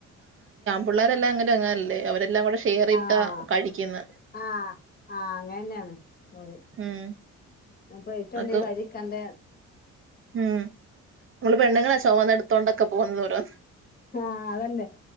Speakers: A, on the right; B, on the left.
A: പിള്ളേരെല്ലാം അങ്ങനെ <unintelligible> അവരെല്ലാം കൂടെ ഷെയർ ഇട്ടാ
B: ആഹ്
A: കഴിക്കുന്നെ
B: ആഹ് ആഹ് അങ്ങനെ തന്നെയാണ് <inaudible>
A: ഉം
B: അപ്പം <unintelligible>
A: അതൊക്കെ
B: ഉണ്ടാക്കിൽ വഴില് കണ്ട
A: ഉം നമ്മള് പെണ്ണുങ്ങളാ ചുമന്നടുത്തു കൊണ്ടൊക്കെ പോകുന്നത് ഓരോ
B: ആഹ് അത് തന്നെ